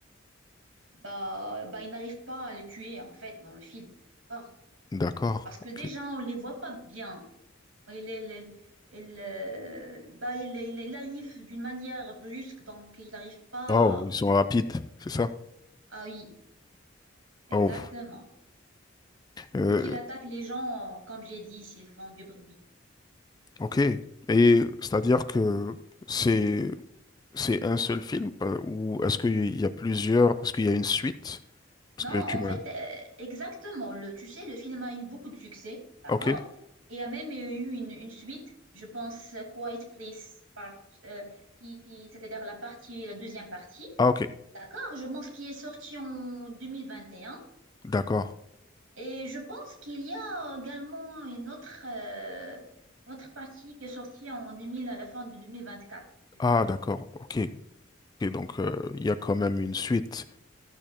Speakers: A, on the right; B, on the left.
A: Bah, bah, il n'arrive pas à le tuer, en fait, dans le film. D'accord?
B: D'accord,
A: Parce que
B: ok.
A: déjà, on ne les voit pas bien. Il, il il, euh, bah, il il il arrive d'une manière brusque, donc il n'arrive pas.
B: Oh, ils sont rapides, c'est ça?
A: Ah oui, exactement.
B: Oh, euh,
A: Et qu'il attaque les gens, comme j'ai dit, s'ils font du bruit.
B: ok. Et c'est-à-dire que c'est c'est un seul film euh, ou est-ce qu'il y a plusieurs, parce qu'il y a une suite? Parce
A: Non,
B: que
A: en
B: tu m'as...
A: fait, euh, exactement. Le, tu sais, le film a eu beaucoup de succès, d'accord?
B: Ok.
A: Et a même eu une, une suite, je pense, euh, Quiet Place Part, euh, qui, qui, c'est-à-dire la partie, la deuxième partie,
B: Ah, ok.
A: d'accord? Je pense qui est sortie en 2021.
B: D'accord.
A: Et je pense qu'il y a également une autre, euh, une autre partie qui est sortie en 2000 à la fin de 2024 si je
B: Ah,
A: me rappelle.
B: d'accord. Ok. Ok, donc, euh, il y a quand même une suite.